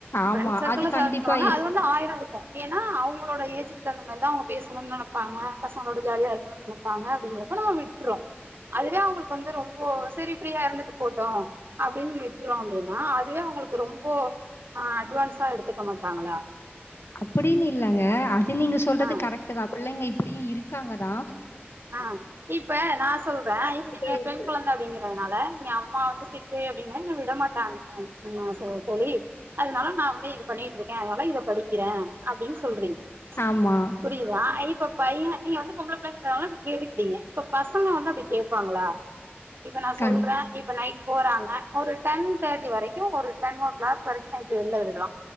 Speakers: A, on the left (about 70°); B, on the right (about 60°).
A: ஆமா.
B: ஃபிரெண்ட் சர்க்கிள்
A: அது
B: சேர்
A: கண்டிப்பா
B: பண்ணுவாங்க
A: இரு
B: அது வந்து ஆயிரோ இருக்கு ஏன்னா அவுங் அவங்களோட ஏஜிக்கு தகுந்த மாரிதா அவுங்க பேசணுன் நெனைப்பாங்க பசங்களோட ஜாலியா இருக்கணுன் நெனைப்பாங்க அப்பிடிங்கிறப்ப நம்ம விட்டுறோ அதுவே அவங்களுக்கு வந்து ரொம்போ சரி ஃப்ரீயா இருந்துட்டு போட்டோ அப்பிடின் விட்டுறோ அப்பிடின்னா அதுவே அவுங்களுக்கு ரொம்போ அ அட்வான்ஸா எடுத்துக்க மாட்டாங்களா
A: அப்பிடின் இல்லங்க த்து நீங்க சொல்றது
B: ஆ
A: கரெக்ட்தா பிள்ளைங்கப் இப்பிடியு இருக்காங்கதா
B: ஆ இப்ப நா சொல்றே இப்ப நீங்க
A: தான் இருக்கு.
B: பெண் குழந்த அப்பிடிங்கறதுனால நீங்க அம்மா வந்து ஸ்ட்ரிக்ட்டு ப்டிங்கன என்ன விடமாட்டாங்க அன ச தோழி அதனால நா வந்து இது பண்ணிட்டு இருக்கே அதனால இத படிக்கிறே அப்பிடின்னு சொல்றீங்க
A: ஆமா.
B: புரியுதா இப் இப்ப பையே, நீங்க வந்து பொம்பள புள்ள ந்தனால இப்ப கேட்டுக்கிட்டீங்க இப்ப பசங்க வந்து அப்பிடி கேப்பாங்களா இப்ப நா
A: கண்
B: சொல்றே இப்ப நை போறாங்க ஒரு டென் தேர்டி வரைக்கு ஒரு டென் ஓ கிளாக் வரைக்கு நைட் இல்ல வெள்ல விடுக்கலா